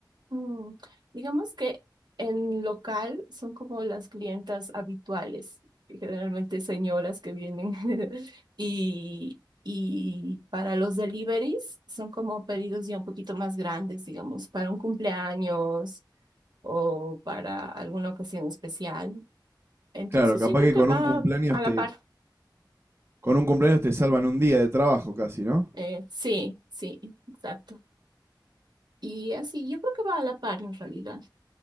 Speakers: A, on the right; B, on the right.
A: Mm, digamos que en local son como las clientas habituales, y generalmente señoras que vienen <laughs> y, y para los deliveries son como pedidos ya un poquito más grandes, digamos, para un cumpleaños o para alguna ocasión especial. Entonces
B: Claro, capaz
A: yo creo
B: que
A: que
B: con
A: va
B: un cumpleaños
A: a la
B: te,
A: par.
B: con un cumpleaños te salvan un día de trabajo casi, ¿no?
A: Eh, sí, sí, exacto. Y así, yo creo que va a la par en realidad,